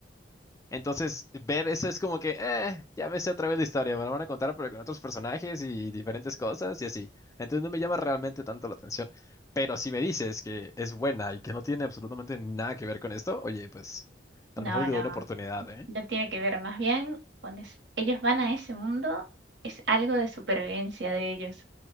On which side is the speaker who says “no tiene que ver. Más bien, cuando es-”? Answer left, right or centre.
Right